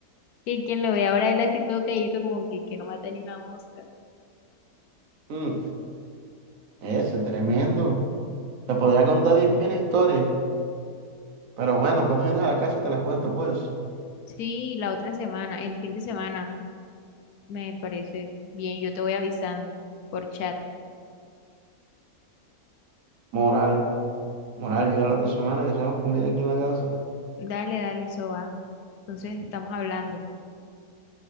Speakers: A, on the left; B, on the right.
A: Y quien lo ve ahora él así todo calladito, como que, que no mata ni una mosca.
B: Mm, ese, tremendo. Te podría contar 10.000 historias, pero bueno,
A: Y
B: cuando vienes a la casa y te las cuento, pues.
A: sí, la otra semana, el fin de semana, me parece bien. Yo te voy avisando por chat.
B: Moral, moral, llega la otra semana que hacemos comida aquí en la casa.
A: Dale, dale, eso va. Entonces estamos hablando.